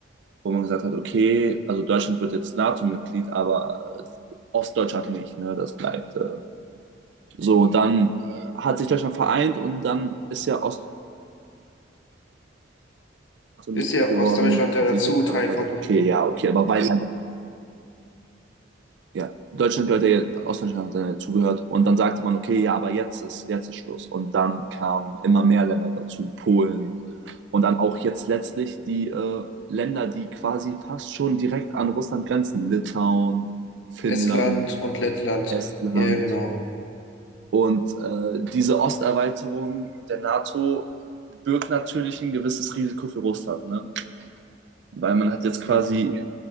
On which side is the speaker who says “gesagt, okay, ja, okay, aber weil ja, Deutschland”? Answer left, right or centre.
Right